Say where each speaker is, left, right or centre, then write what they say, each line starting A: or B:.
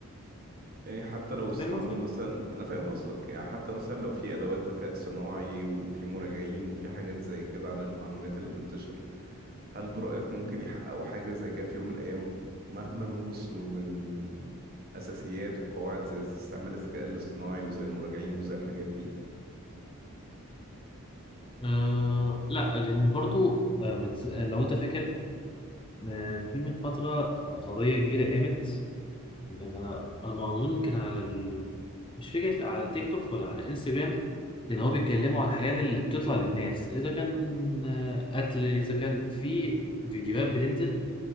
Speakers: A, on the right (about 40°); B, on the left (about 20°).
A: يعني حتى لو
B: أنت
A: استعملوا
B: فاهم قصدي؟
A: مثلا انا فاهم قصدك يعني حتى مثلا لو في ادوات ذكاء صناعي وفي مراجعين وفي حاجات زي كده على المعلومات اللي بتنتشر هل برأيك ممكن يحققوا حاجة زي كده في يوم من الايام مهما وصلوا من اساسيات وقواعد زي استعمال الذكاء الاصطناعي وزي المراجعين وزي الحاجات دي
B: آه لا لأن برضو آه من... لو أنت فاكر آه في من فترة قضية كبيرة قامت ده انا أنا ما اظن كان على ال... مش فكره على تيك توك ولا على انستجرام لان هو بيتكلموا على الحاجات اللي بتطلع للناس اذا كان آه، قتل اذا كان في فيديوهات بتنزل